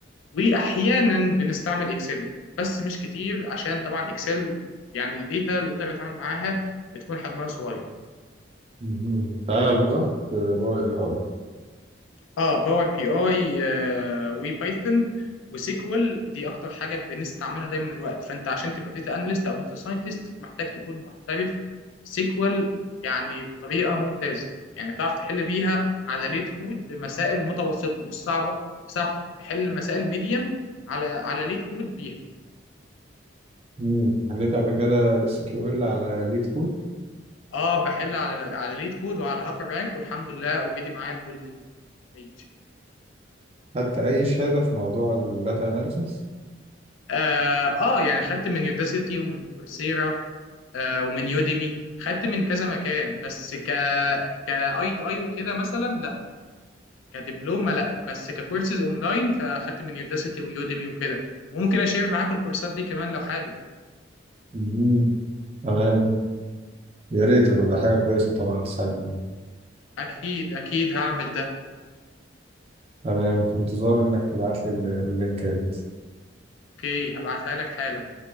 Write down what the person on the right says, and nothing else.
مهم. في اغلب الوقت باور بي اي
مم. حليت قبل كده اس كيو ال على ليد كود
حتى اي شهاده في موضوع الداتا اناليسيس
مهم. تمام يا ريت هتبقى حاجه كويسه طبعا تساعدني
تمام في انتظار انك تبعت لي اللينكات